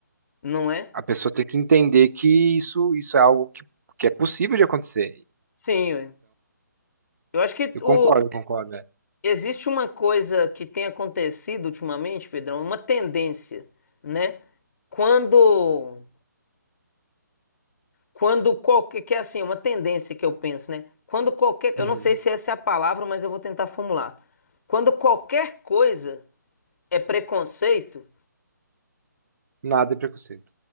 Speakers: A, on the left; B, on the right.
A: não é?
B: A pessoa tem que entender que isso, isso é algo que, que é possível de acontecer.
A: Sim, ué. eu acho que
B: Eu
A: o
B: concordo, concordo. É.
A: Existe uma coisa que tem acontecido ultimamente, Pedrão, uma tendência, né? Quando, quando qualquer, que é assim, uma tendência que eu penso, né? Quando qualquer, eu
B: Uhum.
A: não sei se essa é a palavra, mas eu vou tentar formular. Quando qualquer coisa é preconceito,
B: Nada é preconceito.